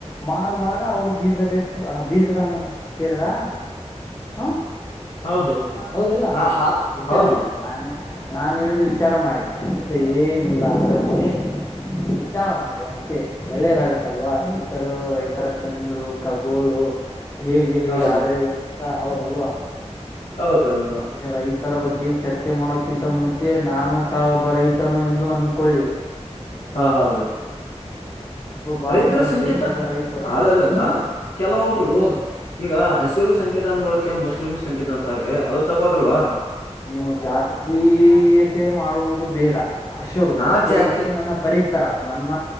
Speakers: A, on the left; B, on the left.
A: ಮಾರುವಾಗ ಅವರು ಬೀಜ ಬಸ್ತದ ಬೀಜದ ಕೇಳಿದ್ರಾ ಹಾ
B: ಹೌದೌದು
A: ಹೌದಿಲ್ಲ
B: ಹ ಹಾ
A: ವಿಚಾರಮ್ಮ
B: ಹೌದು
A: ನಾನು ನಾನು ಹೇಳಿದ ವಿಚಾರ ಮಾಡಿ ಅಷ್ಟೇ ಏನಿಲ್ಲ ಅದರಲ್ಲಿ ವಿಚಾರ ಮಾಡಿ ಅಷ್ಟೇ ಒಳ್ಳೇದಾಗತ್ತಲ್ವಾ ರೈತರು ರೈತರ ಕ್ಕ ನೀರು ಕಗೋಳ ಹೇಗೆ ಹೀಗೆ
B: ಹೌದು
A: ಆದ್ರೆ ಅನ್ಂತ ಹೌದಲ್ವಾ
B: ಹೌದು ಅಲ್ವಾ
A: ಈಗ ರೈತರ ಬಗ್ಗೆ ಚರ್ಚೆ ಮಾಡೋಕಿಂತ ಮುಂಚೆ ನಾನು ಸಹ ಒಬ್ಬ ರೈತ ನು ಎಂದು ಅಂದಿಕೊಳ್ಳಿ
B: ಹಾ ಹೌದು
A: ಭಾರತದ
B: ರೈತರ ಸಂಕೇತ
A: ದೇಶದ ರೈತರು
B: ಅಲ್ಲ ಅಲ್ಲ
A: ಹ್ಮ್
B: ಕೆಲವೊಬ್ರು
A: ಹ್ಮ್
B: ಈಗ ಹಸಿರು ಸಂಕೇತ ಅಂದ್ ಬಳಕೆ ಮುಸ್ಲಿಮ್ ಸಂಕೇತ ಅಂತಾರೀ ಅದು ತಪ್ಪಕಲ್ವಾ
A: ನೀವು ಜಾತೀಯತೆ ಮಾಡುವುದು ಬೇಡ ಹಸೂರು
B: ನಾ
A: ಹಸಿರು
B: ಜಾತಿ
A: ಅಂದ್ರೆ ನನ್ನ ಪರಿಸರ ನನ್ನ